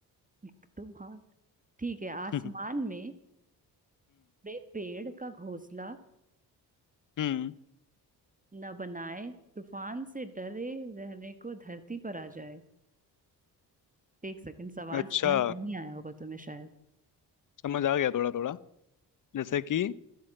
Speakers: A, on the right; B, on the left.
A: <laughs> तुम हाँ ठीक है आसमान
B: हम्म
A: में बड़े पेड़ का घोंसला
B: हम्म
A: न बनाए तूफान से डरे रहने को धरती पर आ जाए एक सेकंड सवाल
B: अच्छा
A: समझ नहीं आया होगा तुम्हें शायद
B: समझ आ गया थोड़ा थोड़ा जैसे कि